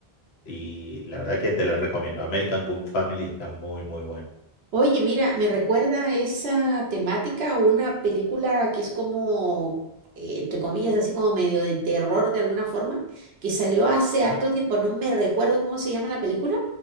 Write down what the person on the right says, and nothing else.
Oye, mira, me recuerda a esa temática una película que es como, eh, entre comillas, así como medio de terror de alguna forma, que salió hace
harto tiempo. No me recuerdo cómo se llama la película,